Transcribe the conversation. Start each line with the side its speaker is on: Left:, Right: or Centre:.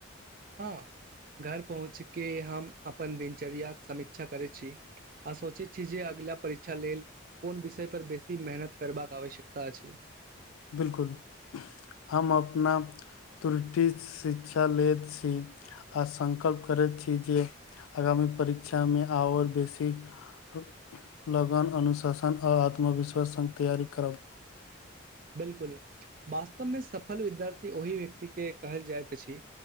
Right: हां घर पहुँच के हम अपन दिनचर्याक समीक्षा करै छी। आ सोचैत छी जे अगला परीक्षा लेल कोन विषय पर बेसी मेहनत करबाक आवश्यकता छै।
Left: बिलकुल हम अपना त्रुटि शिक्षा लेत छी आ संकल्प करैत छी जे अगामी परीक्षा मे आओर बेसी अ लगन, अनुशासन आ आत्मविश्वास संग तैयारी करब।
Right: बिलकुल वास्तव मे सफल विद्यार्थी ओहि व्यक्ति के कहल जाएत अछि।